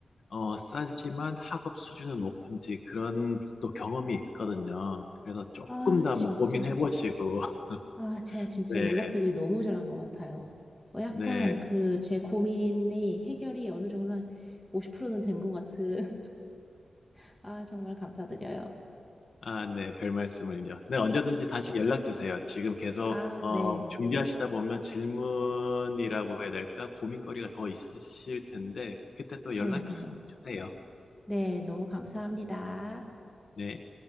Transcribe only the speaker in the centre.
아,
진짜.
아, 제가 진짜
연락드리기 너무 잘한 것 같아요. 어, 약간
그 제 고민이 해결이 어느 정도 한 50%는 된 것 같은. <laughs> 아, 정말 감사드려요.
아,
네.
그러니까요.
네, 너무 감사합니다.